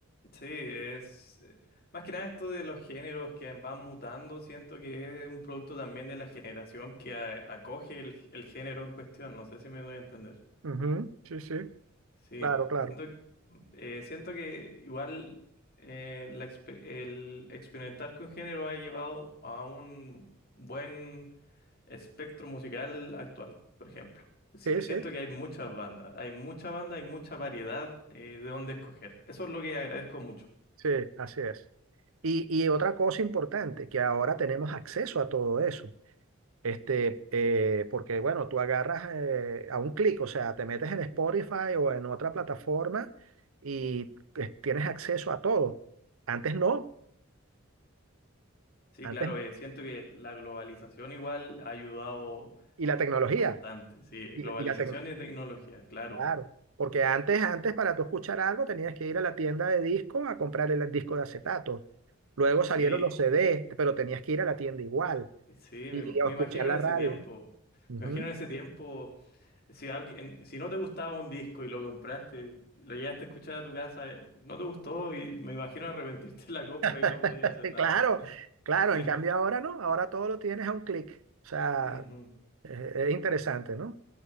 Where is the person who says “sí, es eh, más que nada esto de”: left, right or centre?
Left